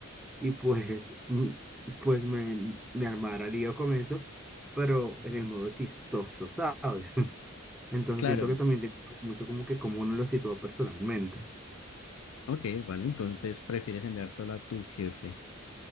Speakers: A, in the centre; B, on the left (about 75°).
A: y pues, <laughs> mm, pues me, me armara lío con eso, pero en el modo chistoso, ¿sabes? <laughs> Entonces
B: Claro,
A: siento que también tiene mucho como que cómo uno lo sitúa personalmente.
B: ok, vale, entonces prefieres enviártelo a tu jefe.